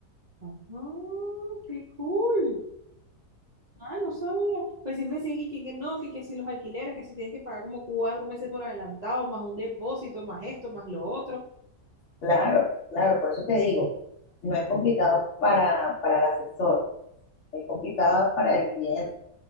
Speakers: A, on the right (about 60°); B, on the left (about 55°).
A: Ajá. Qué cool. Ah, no sabía. Pues siempre decían que, que, que no, que, que si los alquileres, que si tienes que pagar como cuatro meses por adelantado, más un depósito, más esto, más lo otro.
B: Claro, claro, por eso te digo, no es complicado para, para el asesor, es complicado para el cliente